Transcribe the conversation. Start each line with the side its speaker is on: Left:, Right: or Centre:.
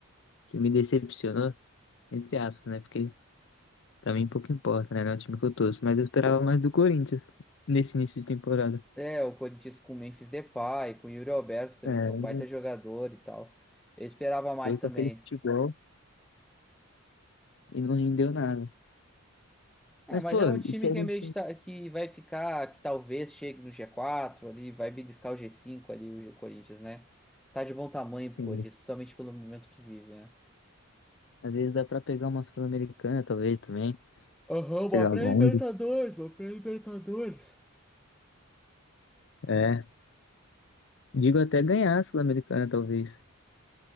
Left: que me decepcionou? Entre aspas, né? Porque Também pouco importa, né? Não é o time que eu torço. Mas eu esperava mais do Corinthians nesse início de temporada.
Centre: É, o Corinthians com o Memphis Depay, com o Yuri Alberto também,
Left: É,
Centre: que é um baita jogador e tal. Eu esperava mais
Left: veio
Centre: também.
Left: com aquele futebol e não rendeu nada.
Centre: É,
Left: Mas,
Centre: mas
Left: pô,
Centre: é um time
Left: e se a
Centre: que
Left: gente.
Centre: é meio de ta- que vai ficar, que talvez chegue no G4 ali, vai beliscar o G5 ali, o G- Corinthians, né? Tá de bom tamanho
Left: assim,
Centre: pro Corinthians, principalmente pelo momento que vive, né?
Left: às vezes dá pra pegar uma Sul-Americana, talvez também.
Centre: Aham,
Left: Chegar
Centre: uma pré-Libertadores,
Left: longe.
Centre: uma pré-Libertadores.
Left: É. Digo até ganhar a Sul-Americana, talvez.